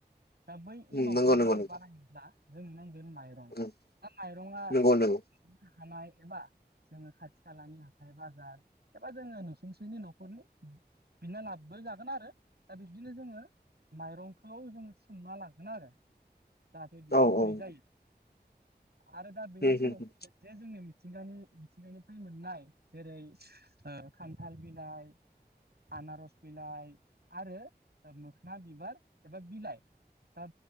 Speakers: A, on the right (about 70°); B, on the left (about 65°).
A: दा बै
B: उम,
A: एमाउखौ
B: नंगौ
A: जोङो
B: नंगौ नंगौ
A: बानायायोब्ला जोंनो नांगोन माय दा
B: उम,
A: माइरं आ
B: नंगौ नंगौ
A: हानाय एबा जोङो खाथि खालानि हाथाय बाजार एबा जोङो नुसुंसेनि न'खरनि बिना लाबो जागोन आरो दा बिब्दिनो जोङो माइरंखौ जोङो सोमना लागोन आरो जाहाथे बियो
B: औ
A: गुरै
B: औ उम,
A: जायो। आरो दा बेनि
B: उम,
A: उनाव फैगोन जे जोंनि मिथिंगानि मिथिंगानिफ्राय मोननाय जेरै ओ खान्थाल बिलाइ आनारस बिलाइ आरो मोखोना बिबार एबा बिलाइ दा